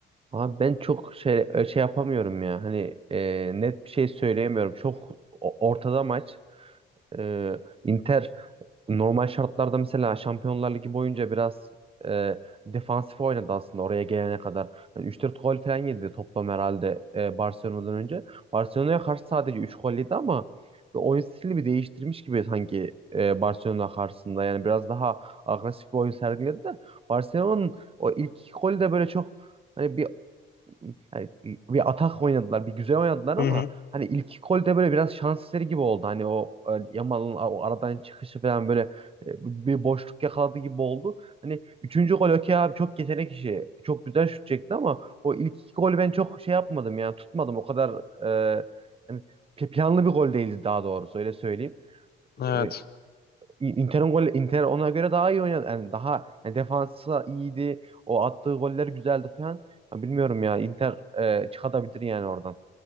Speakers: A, on the right (about 30°); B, on the left (about 50°).
A: Abi ben çok şey e, şey yapamıyorum ya. Hani e, net bir şey söyleyemiyorum. Çok o- ortada maç. E, Inter Normal şartlarda mesela Şampiyonlar Ligi boyunca biraz e, defansif oynadı aslında oraya gelene kadar. Yani 3-4 gol falan yedi toplam herhalde e, Barcelona'dan önce. Barcelona'ya karşı sadece 3 gol yedi ama bir oyun stilini bir değiştirmiş gibi sanki e, Barcelona karşısında. Yani biraz daha agresif bir oyun sergilediler. Barcelona'nın o ilk iki golü de böyle çok hani bir yani bir atak oynadılar, bir güzel oynadılar ama
B: ben. Hı hı.
A: hani ilk golde böyle biraz şans eseri gibi oldu. Hani o e, Yamal'ın a- o aradan çıkışı falan böyle e, bir boşluk yakaladı gibi oldu. Hani üçüncü gol okey abi çok yetenek işi. Çok güzel şut çekti ama o ilk iki golü ben çok şey yapmadım yani tutmadım. O kadar e, yani pl- planlı bir gol değildi daha doğrusu öyle söyleyeyim.
B: Evet.
A: E, Inter'in gol Inter ona göre daha iyi oynadı. Yani daha yani defansı iyiydi. O attığı goller güzeldi falan. Ya bilmiyorum ya Inter e, çıkartabilir yani oradan.